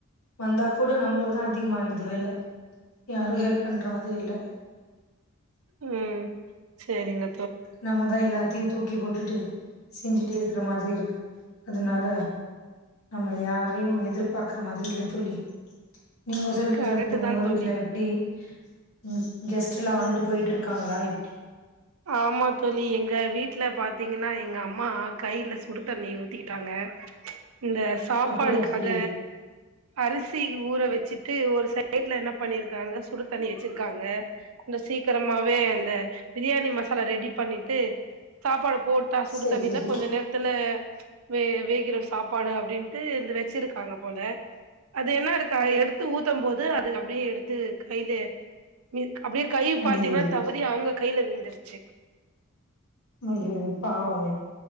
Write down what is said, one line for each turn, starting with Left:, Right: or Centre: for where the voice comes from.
Left: வந்தா கூட நம்மளுகுதா அதிகமாயிடுது வேல யாரு ஹெல்ப் பண்ற மாதிரி இல்ல
Right: ம் சேரிங்க
Left: நம்மதா எல்லா த்தையு தூக்கி போட்டுட்டு செஞ்சுட்டு இருக்குற மாதிரி இருக்கு அதுனால நம்ம யாரையு எதிர்பாக்குற மாதிரி இல்ல தோழி நீங்க சொல்லு
Right: கரெக்ட்
Left: தோழி உங்க
Right: தா தோழி
Left: வீட்ல எப்டி? ம்‌ கெஸ்ட்டெலா வந்துட்டு போயிட்ருக்காங்களா எப்டி?
Right: ஆமா தோழி எங்க வீட் ல பாத்தீங்கன்னா எங்க அம் மா கைல சுடு தண்ணி ஊத்திக்கிட்டாங்க இந்த சாப்பாடுக்காக
Left: அப்டியா தோழி
Right: அரிசி ஊற வச்சிட்டு ஒரு சைட்ல என்ன பண்ணிருக்காங்க சுடு தண்ணி வச்சிருக்காங்க கொஞ்ச சீக்கிரமாவே அந்த பிரியாணி மசாலா ரெடி பண்ணிட்டு சாப்பாடு போட்டா சுடு
Left: செரி
Right: தண்ணில
Left: செரி
Right: கொஞ்ச நேரத்துல வே வேகிறு சாப்பாடு அப்டின்ட்டு இந்த வச்சிருக் காங்க போல அ து என்னா இருக்கா எடுத்து ஊத்தம் போது அது அப்டியே எடுத்து கைலே அப்டியே கை
Left: ஐயயோ
Right: பாத்தீங்னா தவறி அவுங்க கைல விழுந்துருச்சு
Left: அய்யயோ பாவொ